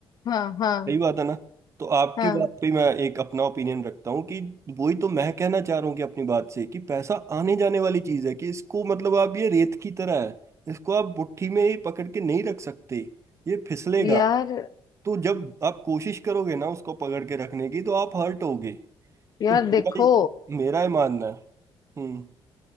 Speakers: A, on the left (about 45°); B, on the right (about 30°).
A: हाँ हाँ
B: सही बात है ना तो आपकी
A: हाँ
B: बात पे मैं एक अपना ओपिनियन रखता हूँ कि वही तो मैं कहना चाह रहा हूँ कि अपनी बात से कि पैसा आने जाने वाली चीज है कि इसको मतलब आप ये रेत की तरह है इसको आप मुट्ठी में ही पकड़ के नहीं रख सकते ये फिसलेगा
A: यार
B: तो जब आप कोशिश करोगे ना उसको पकड़ के रखने की तो आप हर्ट होगे
A: यार
B: तो मेरा
A: देखो
B: मेरा ही मानना है हम्म